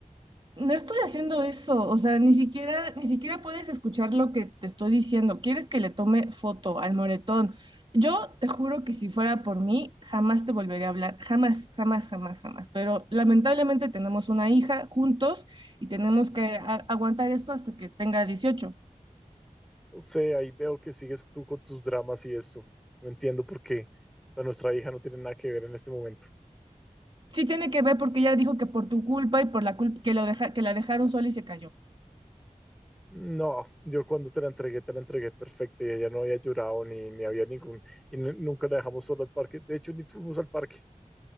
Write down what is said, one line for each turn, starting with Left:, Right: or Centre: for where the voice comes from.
Right: No estoy haciendo eso, o sea, ni siquiera, ni siquiera puedes escuchar lo que te estoy diciendo. ¿Quieres que le tome foto al moretón? Yo te juro que si fuera por mí, jamás te volvería a hablar, jamás, jamás, jamás, jamás. Pero lamentablemente tenemos una hija juntos y tenemos que a- aguantar esto hasta que tenga 18.
Centre: No sé, ahí veo que sigues tú con tus dramas y esto. No entiendo por qué. O sea, nuestra hija no tiene nada que ver en este momento.
Right: Sí tiene que ver porque ella dijo que por tu culpa y por la culpa que, lo deja, que la dejaron sola y se cayó.
Centre: No, yo cuando te la entregué, te la entregué perfecta y ella no había llorado ni, ni había ningún... Y nu- nunca la dejamos sola al parque. De hecho, ni fuimos al parque.